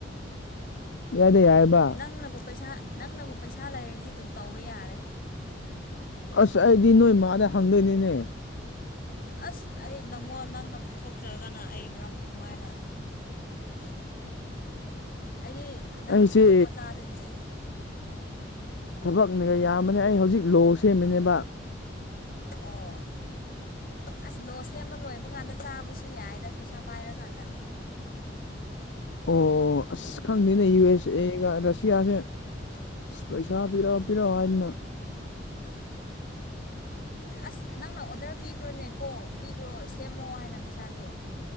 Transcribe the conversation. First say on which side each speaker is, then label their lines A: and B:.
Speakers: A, on the left; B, on the left.
A: ꯏꯌꯥꯗ ꯌꯥꯏꯑꯦꯕ
B: ꯅꯪꯅꯕꯨ ꯄꯩꯁꯥ ꯅꯪꯅꯕꯨ ꯄꯩꯁꯥ ꯂꯩꯔꯗꯤ ꯑꯗꯨꯝ ꯇꯧꯕ ꯌꯥꯔꯦ
A: ꯑꯁ ꯑꯩꯗꯤ ꯅꯣꯏ ꯃꯥꯗ ꯍꯪꯗꯣꯏꯅꯤꯅꯦ
B: ꯑꯁ ꯑꯩ ꯅꯪꯉꯣꯟ ꯅꯪꯅ ꯄꯨꯊꯣꯛꯆꯔꯒꯅ ꯑꯩ ꯀꯔꯝ ꯀꯃꯥꯏꯅ
A: <unintelligible>
B: ꯑꯩꯗꯤ ꯅꯪꯅ
A: ꯑꯩꯁꯦ
B: ꯄꯨꯊꯣꯛꯄ ꯇꯥꯗꯣꯏꯅꯦ
A: ꯊꯕꯛꯅꯒ ꯌꯥꯝꯕꯅꯦ ꯑꯩ ꯍꯧꯖꯤꯛ ꯂꯣ ꯁꯦꯝꯃꯤꯅꯦꯕ
B: ꯑꯣ ꯑꯁ ꯂꯣ ꯁꯦꯝꯕ ꯂꯣꯏꯕ ꯀꯥꯟꯗ ꯆꯥꯕꯁꯨ ꯌꯥꯏꯗ ꯄꯩꯁꯥ ꯄꯥꯏꯔꯀꯥꯟꯗ
A: ꯑꯣ ꯑꯁ ꯈꯪꯗꯦꯅꯦ ꯌꯨ ꯑꯦꯁ ꯑꯦꯒ ꯔꯁꯤꯌꯥꯁꯦ ꯑꯁ ꯄꯩꯁꯥ ꯄꯤꯔꯛꯑꯣ ꯄꯤꯔꯛꯑꯣ ꯍꯥꯏꯗꯅ
B: ꯑꯁ ꯅꯪꯅ ꯑꯣꯗꯔ ꯄꯤꯈ꯭ꯔꯣꯅꯦꯀꯣ ꯄꯤꯈ꯭ꯔꯣ ꯁꯦꯝꯃꯣ ꯍꯥꯏꯅ ꯄꯩꯁꯥꯗꯣ